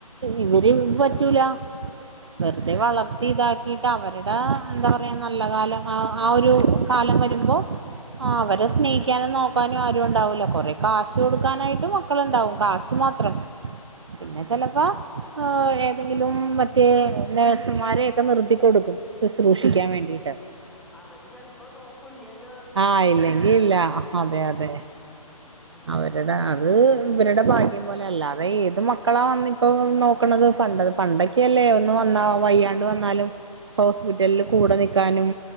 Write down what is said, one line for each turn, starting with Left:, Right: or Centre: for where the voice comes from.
Right: ഇവര്
Centre: ഉം
Right: പറ്റൂല വെറ്തെ വളർത്തിതാക്കിട്ട് ക്കവര്ടെ എന്താ പറ്യാ നല്ല കാലം ആ ആ ഒരു കാലം വെരുമ്പോ ആഹ് അവരെ സ്നേഹിക്കാനും നോക്കാനും ആരു ണ്ടാവൂല കൊറെ കാശ് കൊട്ക്കാനായിട്ട് മക്കള്ണ്ടാവും കാശ് മാത്രം പിന്നെ
Centre: അതെ
Right: ചെലപ്പ
Centre: അതെ
Right: സ് ആഹ് ഏതെങ്കിലും മറ്റേ നേഴ്സുമാരെക്കെ നിർത്തിക്കൊടുക്കും. സ്ശ്രൂഷിക്കാൻ വേണ്ടിട്ട്
Centre: അവര് ചെൽപ്പൊ നോക്കുല്ലങ്ക്
Right: ആഹ് ഇല്ലെങ്കില്ല അതെ യതെ
Centre: ഉം
Right: അവരുടെ അ അത് ഇവരുടെ ഭാഗ്യം പോലെ അല്ലാതെ ഏത് മക്കളാ വന്നിപ്പോ നോക്കണത് പണ്ട പണ്ടൊക്ക്യല്ലേ ഒന്ന് വന്നാ വയ്യാണ്ട് വന്നാലും ഹോസ്പിറ്റൽല് കൂടെ നിക്കാനും